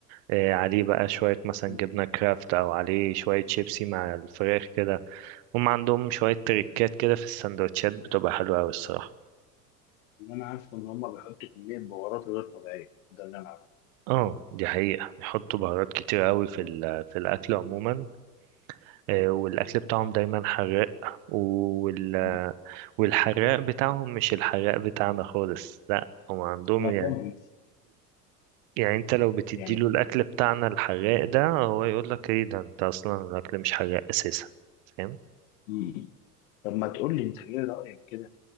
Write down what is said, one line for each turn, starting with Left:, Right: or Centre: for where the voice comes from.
Right: آه عليه بقى شويه مثلا
Left: مم.
Right: جبنه كرافت او عليه شويه شيبسي مع الفراخ كده هم عندهم شويه تريكات كده في السندوتشات بتبقى حلوه قوي الصراحه
Left: اللي انا عارفه ان هم بيحطوا كميه بهارات غير طبيعيه ده اللي انا عارفه
Right: اه دي حقيقة بيحطوا بهارات كتير قوي في ال- في الأكل عموما آه، والأكل بتاعهم دايما حراق وال...
Left: مم.
Right: والحراق بتاعهم مش الحراق بتاعنا خالص لا هم عندهم
Left: انا
Right: يعني
Left: فاهم
Right: يعني انت لو بتديله
Left: يعني
Right: الأكل بتاعنا الحراق ده هو يقول لك ايه ده انت أصلا الأكل مش حراق أساسا فاهم
Left: مم. طب ما تقول لي انت ايه رايك كده